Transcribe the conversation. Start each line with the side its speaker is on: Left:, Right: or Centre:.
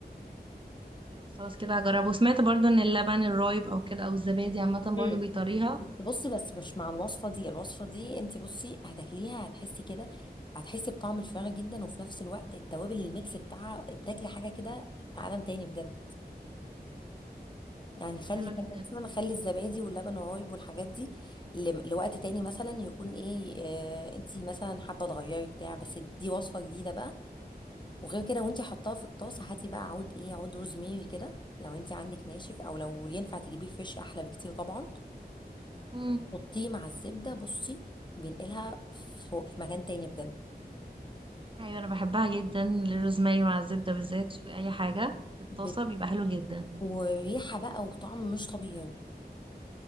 Right: لا خلاص كده هجربه وسمعت برضو ان اللبن الرايب او كده او الزبادي عامة
Left: امم
Right: برضو بيطريها
Left: بس بصي بس مش مع الوصفة دي الوصفة دي انتي بصي هتاكليها هتحسي كده هتحسي بطعم الفراخ جدا وفي نفس الوقت التوابل الميكس بتاعها بتاكلي حاجة كده في عالم تاني بجد يعني خلي
Right: حلوة جدا
Left: خلي مثلا خلي الزبادي واللبن والرايب والحاجات دي ل- لوقت تاني مثلا يكون ايه آه انتي مثلا حابه تغيري بتاع بس دي وصفه جديده بقى وغير كده وانتي حطاها في الطاسه هاتي بقى عود ايه عود روزميري كده لو انتي عندك ناشف او لو ينفع تجيبيه فريش احلى بكتير طبعا
Right: مم.
Left: حطيه مع الزبده بصي بينقلها فوق في مكان تاني بجد
Right: ايوه انا بحبها جدا الروزماري مع الزبدة بالذات في اي حاجة في الطاسة
Left: بت...
Right: بيبقى حلو جدا
Left: وريحه بقى وطعم مش طبيعي